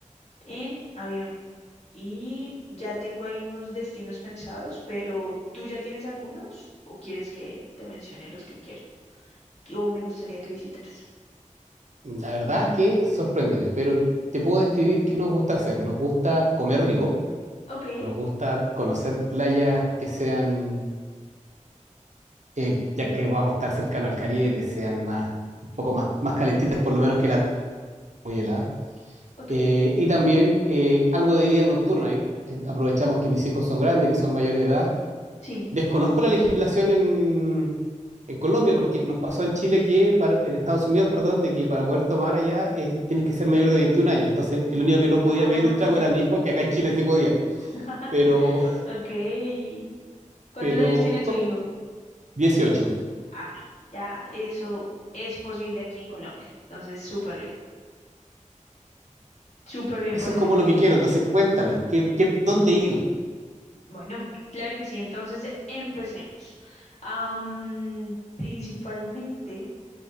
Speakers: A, on the left; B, on the right.
A: en avión. Y ya tengo ahí unos destinos pensados, pero ¿tú ya tienes algunos o quieres que te mencione los que quiero o me gustaría que visitaras?
B: La verdad que sorpréndeme, pero te puedo describir qué nos gusta hacer. Nos gusta comer rico,
A: Ok,
B: nos gusta conocer playas que sean, eh, ya que vamos a estar cercano al Caribe, que sean más, un poco más, más calentitas, por lo menos que las muy heladas.
A: ok,
B: Eh, y también eh, algo de vida nocturna. Eh, Aprovechamos que mis hijos son grandes, que son mayores de edad,
A: sí.
B: Desconozco la legislación en, en Colombia, porque nos pasó en Chile que, para- en Estados Unidos, perdón, de que para poder tomar allá eh, tienes que ser mayor de 21 años. Entonces, el único que no podía
A: Ah,
B: pedir un trago era mi hijo, que acá en Chile sí podía,
A: <laughs>
B: pero,
A: ok. ¿Cuántos
B: pero
A: años tiene tu
B: co-
A: hijo?
B: 18.
A: Ah, no, ya eso es posible aquí en Colombia. Entonces, súper bien, súper bien
B: Eso
A: por
B: es
A: ese
B: como
A: lado.
B: lo que quiero. Entonces, cuéntame, ¿qué, qué, dónde ir?
A: Bueno, claro que sí, entonces empecemos. Am, principalmente,